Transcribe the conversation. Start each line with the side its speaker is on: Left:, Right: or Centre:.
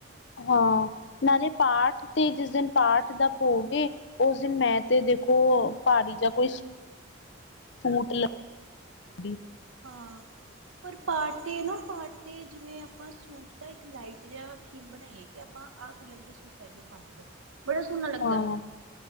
Left: ਹਾਂ, ਨਾਲੇ ਪਾਠ, ਤੇ ਜਿਸ ਦਿਨ ਪਾਠ ਦਾ ਭੋਗ ਉਸ ਦਿਨ, ਮੈਂ ਤੇ ਦੇਖੋ ਭਾਰੀ ਜਾਂ ਕੋਈ ਸੂਟ ਲੱਗੀ
Right: ਹਾਂ ਪਰ ਪਾਰਟੀ 'ਨੂੰ ਪਾਰਟੀ, ' ਜਿਵੇਂ ਆਪਾਂ ਸੂਟ ਦਾ, ਇੱਕ ਲਾਈਟ ਜਿਹਾ ਥੀਮ ਬਣਾਈਏ, ਕਿ ਆਪਾਂ ਆਹ ਕਲਰ ਦੇ ਸੂਟ, ਪਾਈਏ ਪਾਰਟੀ ਤੇ, ਬੜਾ ਸੋਹਣਾ ਲੱਗਦਾ
Left: ਹਾਂ